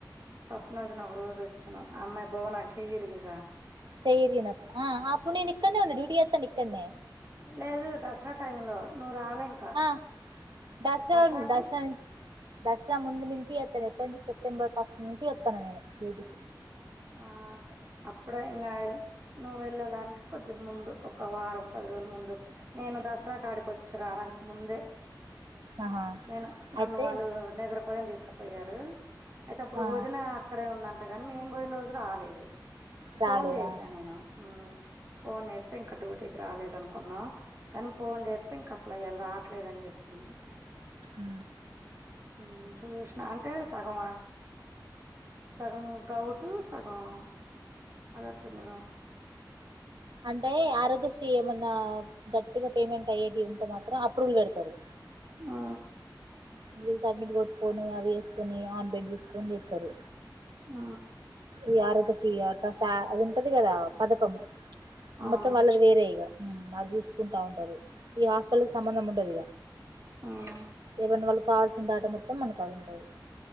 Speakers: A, on the right; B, on the right.
A: స్వప్న వదిన ఒక రోజు వచ్చినాము ఆ అమ్మాయి భువన చెయ్యరిగిగా
B: చెయ్యి ఇరిగినప్పుడు అప్పుడును ఇక్కనే ఇంటి డ్యూటీ చేస్ ఇక్కడనే
A: లేదు దసరా టైం లో నువ్వు రాలే ఇంకా
B: ఆ దసర్
A: దసరాకి
B: దస దసరా ముందు నుంచి చేతన ఎప్పటి నుంచి సెప్టెంబర్ ఫస్ట్ నుంచి చెస్తాను నేను డ్యూటీ
A: ఆ అప్పుడే ఇంకా నువ్వు వెళ్ళేదానికి కొద్దిగా ముందు ఒక వారం పది రోజుల ముందు నేను దసరా కాడికి వచ్చి రావడానికి ముందే
B: ఆహా
A: నేను నన్ను
B: అయితే
A: వాళ్ళు నిద్ర పో తీసుకు పోయారు అయితే అప్పుడు
B: ఆ
A: వదిన అక్కడే ఉందన్ మేము పోయిన రోజు రాలేదు
B: రాలేదా
A: ఫోన్ చేసాను నేను ఉ ఫోన్ చేస్తే డ్యూటీ ఇటీకి రాలేదు అనుకున్నా కానీ పోన్ చేస్తే ఇంక అసలు ఇయాల రావట్లేదని చెప్పింది
B: ఉ
A: ఊ చూసిన అంటే సగమా సగం గౌడ్ టూ సకం అది <unintelligible>
B: అంటే ఆరోగ్యశ్రీ ఏమన్నా గట్టిగా పేమెంట్ అయ్యేటి ఉంటే మాత్రం అప్రూవల్ పెడతారు
A: ఆ
B: వీళ్ళు సడ్మిట్ కొట్టుకొని అవి వేసుకొని ఆన్ బెడ్ చూసుకొని చెస్తారు
A: ఊ
B: ఈ ఆరోగ్య శ్రీ అది ఉంటది కదా పథకం
A: అవును
B: మొత్తం వాళ్ళది వేరే ఇగ అది చూసుకుంటా ఉంటారు ఈ హాస్పిటల్ కు సంబంధం ఉ ఉంటది
A: మ్
B: ఏమనా వాళ్ళు కావాల్సిన డేటా మొత్తం మనకాడా ఉంటది కదా